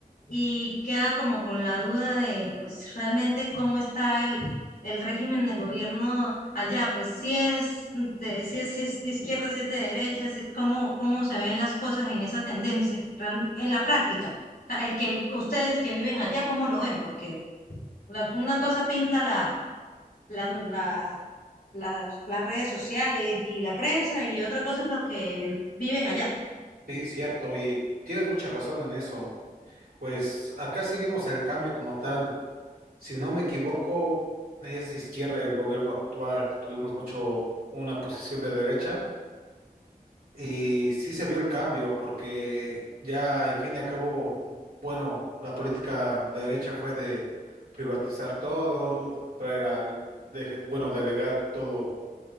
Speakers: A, on the left; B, on the right.
A: y queda como con la duda de, pues, realmente cómo está el, el régimen de gobierno allá, pues, si es de, si es, si es de izquierda, si es de derecha, si es cómo, cómo se ven las cosas en esa tendencia, real- en la práctica. O sea, el que ustedes que viven allá, ¿cómo lo ven? Porque la- una cosa pinta la, la, la, las, las redes sociales y la prensa y otra cosa es lo que viven allá,
B: Sí, cierto, y tienes mucha razón en eso. Pues acá sí vimos el cambio como tal. Si no me equivoco, es de izquierda el gobierno actual. Tuvimos mucho una posición de derecha y sí se vio el cambio porque ya, en fin y al cabo, bueno, la política de derecha fue de privatizar todo, traer a, de- bueno, delegar todo,